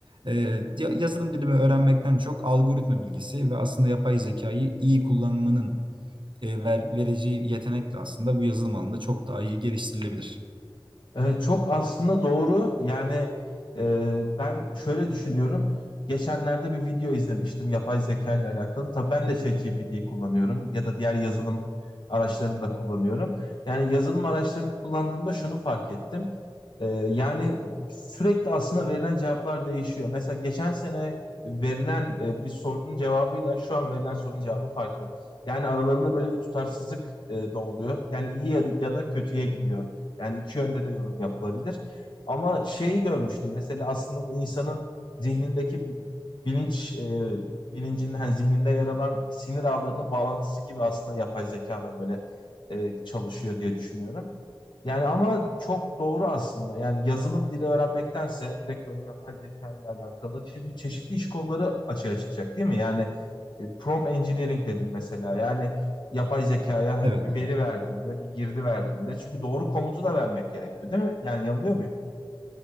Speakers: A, on the right; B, on the left.
A: E, ya- yazılım dili ve öğrenmekten çok algoritma bilgisi ve aslında yapay zekayı iyi kullanmanın e, ver- vereceği yetenekle aslında bu yazılım alanında çok daha iyi geliştirilebilir.
B: Ee, çok aslında doğru. Yani e, ben şöyle düşünüyorum. Geçenlerde bir video izlemiştim yapay zeka ile alakalı. Tabii ben de ChatGPT'yi kullanıyorum ya da diğer yazılım araçlarını da kullanıyorum. Yani yazılım araçlarını kullandığımda şunu fark ettim. Ee, yani sürekli aslında verilen cevaplar değişiyor. Mesela geçen sene verilen e, bir sorunun cevabıyla şu an verilen sorunun cevabı farklı. Yani aralarında böyle bir tutarsızlık e, da oluyor. Yani iyi ya ya da kötüye gidiyor. Yani iki yönde de yorum yapılabilir. Ama şeyi görmüştüm mesela aslında bu insanın zihnindeki bilinç e, bilincinin hani zihninde yer alan sinir ağlarının bağlantısı gibi aslında yapay zeka da böyle e, çalışıyor diye düşünüyorum. Yani ama çok doğru aslında. Yani yazılım dili öğrenmektense direkt böyle yapay zeka ile alakalı. Çünkü çeşitli iş kolları açığa çıkacak değil mi? Yani e, prompt engineering dedim mesela. Yani yapay zekaya hani
A: Evet.
B: bir Evet. veri verdiğinde, bir girdi verdiğinde. Çünkü doğru komutu da vermek gerekiyor değil mi? Yani yanılıyor muyum?